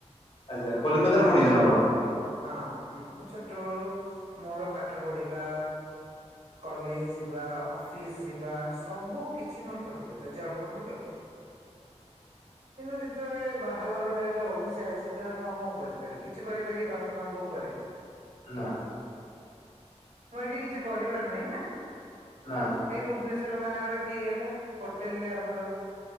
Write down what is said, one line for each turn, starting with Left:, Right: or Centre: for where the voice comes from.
Left: ଆଚ୍ଛା କଲିକତାରେ
Right: ମୁଁ ଯେତେବେଳେ
Left: ପଢିଛନ୍ତି ଆପଣ?
Right: ହଁ ମୁଁ ମୁଁ ଛୋଟବେଳୁ ମୋର ପାଠ ପଢିବା କଲେଜ୍ ଯିବା ଅଫିସ୍ ଯିବା ସବୁ କିଛି ମୋର କଲିକତା ଜନ୍ମ ବି କଲି କିନ୍ତୁ ଯେତେବେଳେ ବାହାଘରଟା ହେଲା ଓଡିଶାରେ ସେତେବେଳେ ମୁଁ ଆଉ କଁ କରିପାରିବି କିଛି କରିପାରିବି ବାପ ମାଙ୍କ ଉପରେ।
Left: ନା।
Right: ମୁଁ ଏଇଠି କିଛି କରିବାର ନାହିଁ ନା।
Left: ନା ନା।
Right: ଏଇ ଭୁବନେଶ୍ବରରେ ବାହାଘର ଠିକ୍ ହେଲା ହୋଟେଲରେ ଆମର